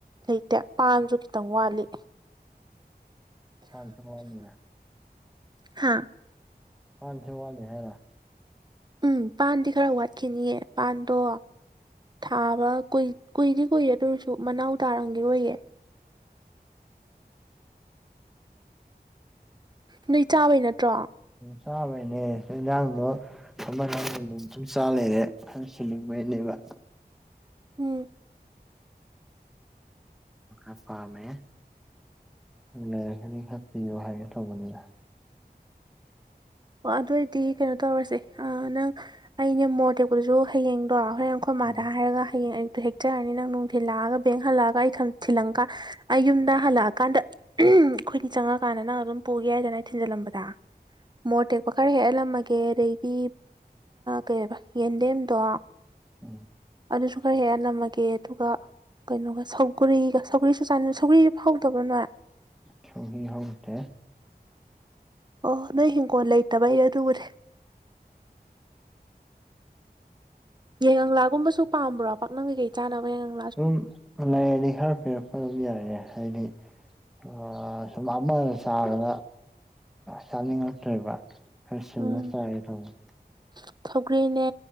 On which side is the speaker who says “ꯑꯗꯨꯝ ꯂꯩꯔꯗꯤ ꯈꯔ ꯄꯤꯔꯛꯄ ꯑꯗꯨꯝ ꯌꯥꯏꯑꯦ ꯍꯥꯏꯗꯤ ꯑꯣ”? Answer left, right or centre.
Centre